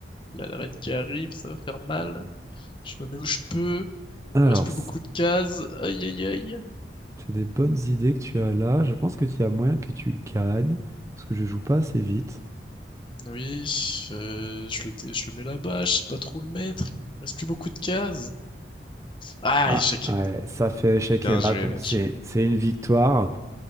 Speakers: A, on the left (about 25°); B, on the right (about 15°).
A: Là, la reine qui arrive, ça va faire mal. Je me mets où je peux.
B: Alors,
A: Il me reste plus beaucoup de cases. Aïe aïe aïe.
B: C'est des bonnes idées que tu as là. Je pense que tu as moyen que tu gagnes, parce que je joue pas assez vite.
A: Oui, euh, je le, dé- je le mets là-bas. Je sais pas trop où le mettre. Il me reste plus beaucoup de cases. Ah,
B: Ah,
A: échec
B: ouais,
A: et mat.
B: ça fait échec
A: Bien
B: et mat,
A: joué,
B: donc
A: bien
B: c'est
A: joué.
B: c'est une victoire.